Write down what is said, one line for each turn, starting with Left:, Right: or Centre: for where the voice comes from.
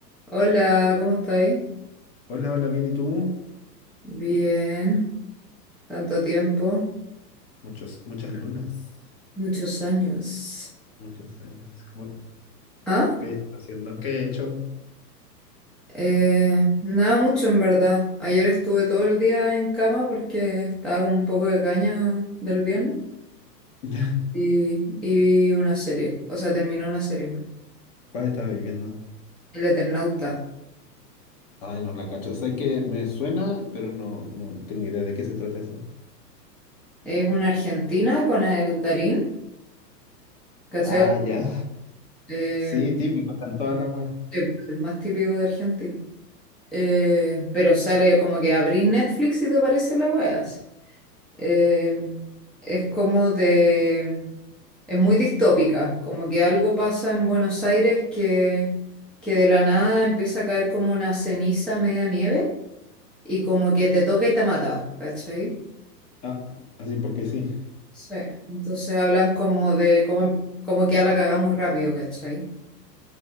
Centre: Hola, ¿cómo estáis?
Left: Hola, hola, bien, ¿y tú?
Centre: Bien, tanto tiempo,
Left: Muchos, muchas lunas,
Centre: muchos años.
Left: muchos años. ¿Cómo-
Centre: Ah,
Left: qué estás haciendo? ¿Qué he hecho? <laughs>
Centre: eh, nada mucho en verdad. Ayer estuve todo el día en cama porque estaba con un poco de caña del viernes
Left: Ya.
Centre: y, y vi una serie, o sea, terminó una serie. en verdad.
Left: ¿Cuál estás viviendo?
Centre: El Eternauta.
Left: Ay, no la cacho. Sé que me suena, pero no, no tengo idea de qué se trata eso.
Centre: Es una argentina con el Darín, ¿cachai?
Left: Ah, ya.
Centre: Eh,
Left: Sí, típico, están todas las weas.
Centre: sí, el más típico de Argentina. Eh, pero sale como que abrís Netflix y te aparece la wea. así. eh, es como de, es muy distópica, como que algo pasa en Buenos Aires que, que de la nada empieza a caer como una ceniza media nieve y como que te toca y te mata, ¿cachai?
Left: Ah, así porque sí.
Centre: Sí. Entonces hablan como de como, como que a la cagada muy rápido, ¿cachai?